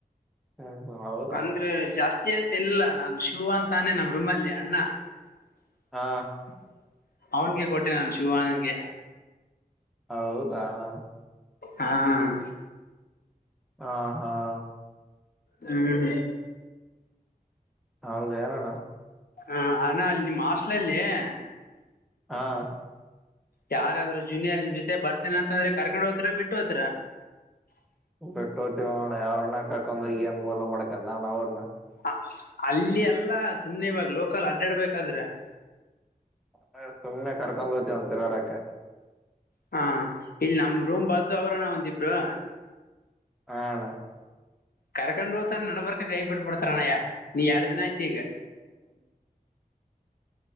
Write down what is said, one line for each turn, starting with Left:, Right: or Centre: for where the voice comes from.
Centre: ಹೂ ಹೌ <unintelligible>
Left: ಅಂದ್ರೆ ಜಾಸ್ತಿ ಅಂತ ಇಲ್ಲ ಅಣ್ಣಾ ಶಿವ್ ಅಂತಾನೆ ನಮ್ಮ ರೂಮಲ್ಲಿ ಅಣ್ಣಾ. <unintelligible>
Centre: ಹಾ
Left: ಅವನಗೆ ಕೊಟ್ಟೆ ನಾನ ಶಿವಾ ಆಗಿ. <unintelligible>
Centre: ಹೌದಾ? <unintelligible>
Left: ಹಾ <unintelligible>
Centre: ಹಾ ಹ. <unintelligible>
Left: ಹೂ ಹು. <unintelligible>
Centre: ಅರಾಮ ಅದಿ ಏನ್ ಅಣ್ಣಾ? <unintelligible>
Left: ಅ ಅಣ್ಣಾ ಅಲ್ಲಿ ನಿಮ್ಮ ಹಾಸ್ಟೆಲಲ್ಲಿ. <unintelligible>
Centre: ಹಾ. <unintelligible>
Left: ಯಾರಾದರೂ ಜೂನಿಯರ್ ನಿಮ್ಮ ಜೊತೆ ಬರ್ತೀನಿ ಅಂತಂದ್ರೆ ಕರ್ಕೊಂಡು ಹೋಗ್ತಿರೋ ಬಿಟ್ಟು ಹೋಗ್ತಿರಾ? <unintelligible>
Centre: ಬಿಟ್ಟು ಹೋಗ್ತೀವೋ ಅಣ್ಣಾ ಯವರನ ಕರ್ಕೊಂಡು ಹೋಗಿ ಏನ್ ಮೂಲ ಮಾಡಕಲ್ಲ ನಾನ್ ಅವ್ರನ. <unintelligible>
Left: ಆ ಅಲ್ಲಿ ಅಲ್ಲ ಸುಮ್ನೆ ಇವಾಗ ಲೋಕಲ್ ಅಡ್ಡಾಡಬೇಕಾದ್ರೆ. <unintelligible>
Centre: ಹ ಸುಮ್ನೆ ಕರ್ಕೊಂಡ್ ಹೋಗತಿವ ಅಂತ ತಿರಗಾಡಕ್ಕ. <unintelligible>
Left: ಹಾ ಇಲ್ಲಿ ನಮ್ಮ ರೂಮ್ ಬಾಜು ಅವರ ಅಣ್ಣಾ ಒಂದ ಇಬ್ಬರ. <unintelligible>
Centre: ಹಾ ಅಣ್ಣಾ. <unintelligible>
Left: ಕರ್ಕೊಂಡ್ ಹೋತಾನಾ ನಡಬರಕ್ಕ ಕೈ ಬಿಟ್ಟಬಡ್ತಾರ ಅಣ್ಣಯ್ಯ ನೀ ಎರಡ್ ದಿನ ಆಯ್ತ ಈಗ. <unintelligible>
Centre: <unintelligible>